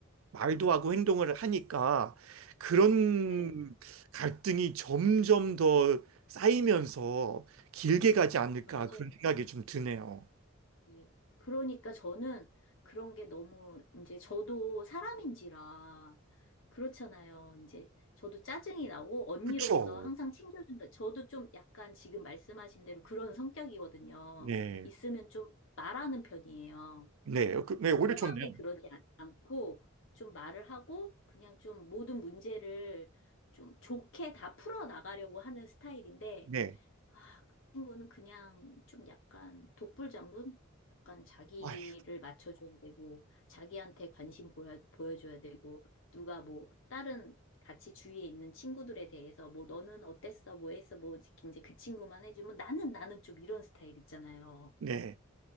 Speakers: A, on the right; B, on the left.
A: 말도 하고 행동을 하니까 그런
B: 네.
A: 갈등이 점점 더 쌓이면서 길게 가지 않을까
B: 맞아요.
A: 그런 생각이 좀 드네요.
B: 예. 그러니까 저는 그런 게 너무 이제 저도 사람인지라 그렇잖아요. 이제 저도 짜증이 나고 언니로서
A: 그쵸?
B: 항상 챙겨준다. 저도 좀 약간 지금 말씀하신 대로 그런 성격이거든요.
A: 네.
B: 있으면 좀 말하는 편이에요.
A: 네. 그- 네. 오히려
B: 꽁하게
A: 좋네요.
B: 그러지 않- 않고 좀 말을 하고 그냥 좀 모든 문제를 좀 좋게 다 풀어 나가려고 하는 스타일인데
A: 네.
B: 아, 그 친구는 그냥 좀 약간 독불장군? 약간 자기를
A: 아휴,
B: 맞춰줘야 되고, 자기한테 관심 보여, 보여줘야 되고, 누가 뭐, 다른 같이 주위에 있는 친구들에 대해서 뭐, 너는 어땠어? 뭐 했어? 뭐, 이제 그 친구만 해주면 나는, 나는 좀 이런 스타일 있잖아요.
A: 네.